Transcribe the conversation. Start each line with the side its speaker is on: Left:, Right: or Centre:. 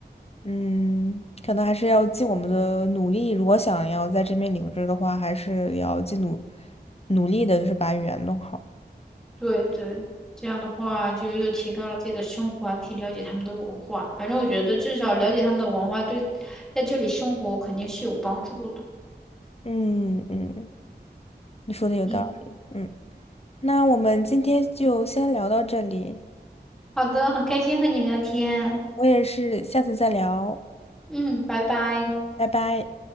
Left: 嗯，可能还是要尽我们的努力。如果想要在这边留着的话，还是要尽努努力的，就是把语言弄好。
Centre: 对对，这样的话就又提高了自己的生活啊，还可以了解他们的文化。反正我觉得至少了解他们的文化，对在这里生活肯定是有帮助的。
Left: 嗯嗯，你说的有道理。
Centre: 嗯，
Left: 嗯，那我们今天就先聊到这里，
Centre: 好的，很开心和你聊天。
Left: 我也是，下次再聊，
Centre: 嗯，拜拜。
Left: 拜拜。